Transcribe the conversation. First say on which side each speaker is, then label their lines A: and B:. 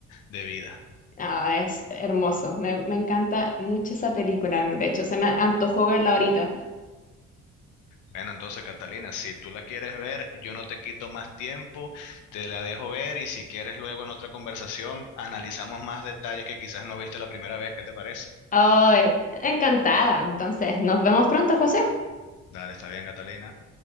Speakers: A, on the left; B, on the left.
A: de vida.
B: Ah, es hermoso. Me, me encanta mucho esa película. De hecho, se me antojó verla ahorita.
A: Bueno, entonces Catalina, si tú la quieres ver, yo no te quito más tiempo, te la dejo ver y si quieres luego en otra conversación analizamos más detalles que quizás no viste la primera vez, ¿qué te parece?
B: Oh, eh, encantada. Entonces, nos vemos pronto, José.
A: Dale, está bien, Catalina.